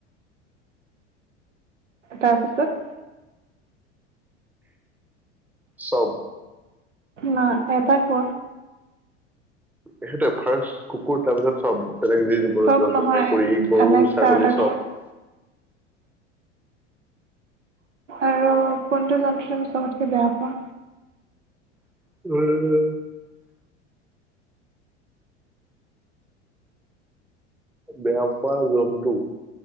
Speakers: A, on the right (about 80°); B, in the centre.
A: তাৰ পিছত
B: চব।
A: না, এটা কোৱা।
B: এখেতে ফাৰ্ষ্ট। কুকুৰ, তাৰ পিছত চব বেলেগ যি জীৱ-জন্তু
A: চব
B: আছে
A: নহয়
B: মেকুৰী, গৰু,
A: নেক্সট
B: ছাগলী
A: আৰু এটা কোৱা
B: চব।
A: আৰু কোনটো জন্তু তুমি চবতকে বেয়া পোৱা।
B: <unintelligible> বেয়া পোৱা জন্তু।